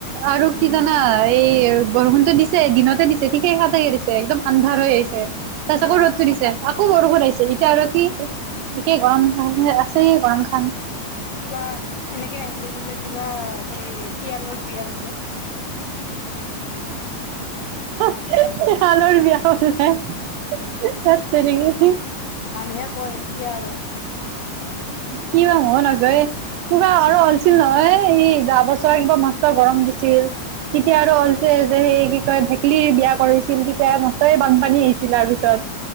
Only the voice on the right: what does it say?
আৰু
কি জানা এই বৰষুণটো দিছে দিনতে দিছে ঠিকেই সাতে দিছে একদম আন্ধাৰ হৈ আহিছে তাৰ
পিছত আকৌ ৰ'দ টো দিছে খুব বৰষুণ আছে এতিয়া আৰু কি একে গৰম মোৰ যে চ ই গান চান
উ উ শিয়ালৰ বিয়াখন চাইছা তাত তেৰিগি
কি হয় নাজায় কোনে আৰু আছিল নহয় এই যোৱা বছৰ কিবা মাৰ্চত গৰম দিছিল তেতিয়া আৰু ওলছে যে সেই বিষয় কয় বিয়া কৰিছিল তেতিয়া মষ্টৰে বান পানী আহিছিল তাৰ পিছত